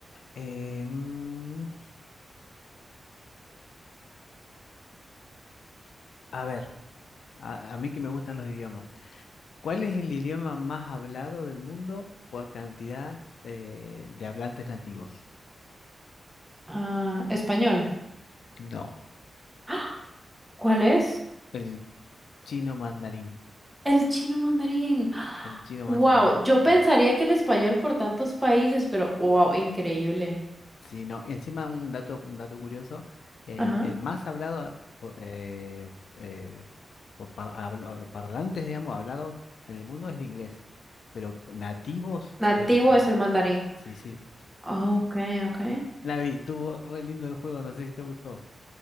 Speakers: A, on the left; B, in the centre.
A: Eh, mm, a ver, a, a mí que me gustan los idiomas, ¿cuál es el idioma más hablado del mundo por cantidad eh, de hablantes nativos?
B: Ah, español.
A: No,
B: ¡Ah! ¿Cuál es?
A: el chino mandarín,
B: El chino mandarín.
A: el chino
B: Wow,
A: mandarín,
B: yo pensaría
A: sí.
B: que el español por tantos países, pero wow, increíble.
A: Sí, no, encima un dato, un dato curioso, eh,
B: Ajá.
A: el más hablado por, eh, eh, por par- hablo- parlantes, digamos, hablado en el mundo es el inglés, pero nativos,
B: Nativo
A: el chino.
B: es el mandarín.
A: Sí, sí.
B: Ok, ok.
A: Lavi, estuvo re lindo el juego, no sé si te gustó.